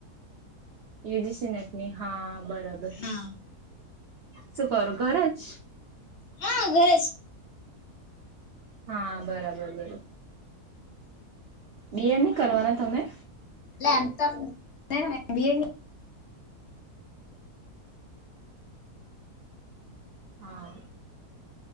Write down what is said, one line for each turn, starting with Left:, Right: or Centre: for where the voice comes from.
Right: ઈ જી સી નેટ ની હા બરાબર,
Left: હા
Right: શું કરો ઘરેજ
Left: હા ઘરેજ
Right: હા બરાબર બરો, બી એડ નહી કરવાના તમે?
Left: લે આમ તો એમ નાહા બી એડ
Right: હા